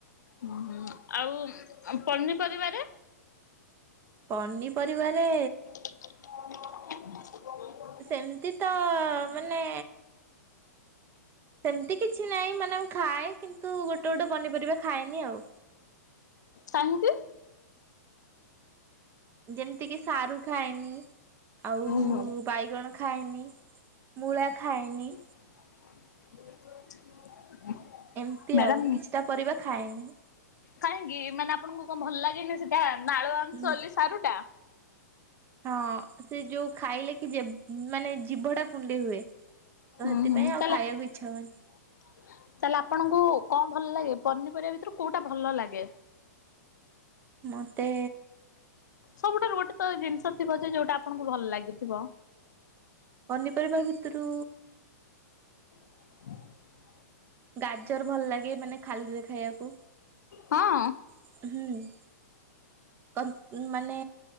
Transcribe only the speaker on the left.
ହୁଁ ଆଉ ପନିପରିବାରେ?
<inaudible>
କାହିଁକି?
ଓହୋ।
<inaudible>
ମ୍ୟାଡ଼ାମ
କାହିଁକି ମାନେ ଆପଣଙ୍କୁ କଣ ଭଲ ଲାଗେନି ସେଟା ନାଳୁଆ ଅଂଶ
ବୋଲି ସାରୁ ଟା।
ହୁଁ
ହୁଁ <unintelligible>
ତାହେଲେ ଆପଣଙ୍କୁ କୋଉଟା ଭଲଲାଗେ? ପନିପରିବା ଭିତରୁ କୋଉଟା ଭଲ ଲାଗେ?
ସବୁଠାରୁ ଗୋଟେ ତ ଜିନିଷ ଥିବ ଯେ ଯୋଉଟା ଆପଣଙ୍କୁ ଭଲ ଲାଗିଥିବ।
<inaudible>
ହଁ।